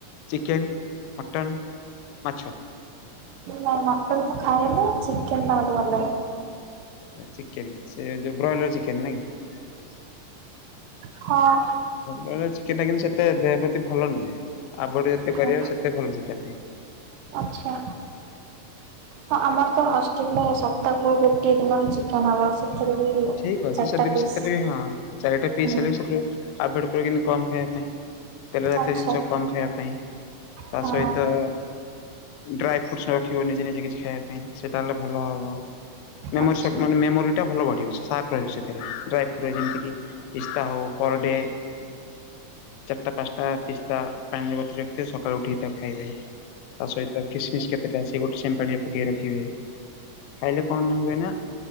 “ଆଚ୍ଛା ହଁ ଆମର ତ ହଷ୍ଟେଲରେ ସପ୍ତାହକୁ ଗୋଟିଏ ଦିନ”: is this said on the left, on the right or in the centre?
Right